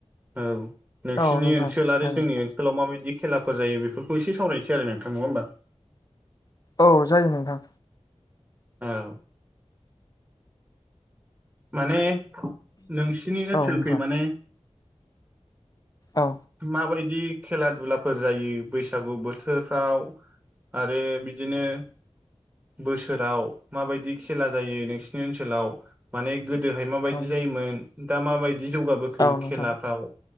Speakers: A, on the right; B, on the left.
A: ओ नोंसिनि
B: औ नोंथां
A: ओनसोल आरो
B: जायो।
A: जोंनि ओनस ओनसोलाव माबायदि खेलाफोर जायो बेफोरखौ एसे सावरायनोसै नोंथां नङा होनबा,
B: औ जायो नोंथां
A: औ माने नोंसिनि ओनसोलखै
B: औ नोंथां
A: माने,
B: औ
A: माबायदि खेला दुलाफोर जायो बैसागु बोथोरफ्राव, आरो बिदिनो, बोसोराव माबायदि खेला जायो नोंसिनि ओनसोलाव, माने गोदोहाय माबायदि
B: ओं
A: जायोमोन दा माबायदि जौगाबोखो
B: औ नोंथां
A: खेलाफ्राव,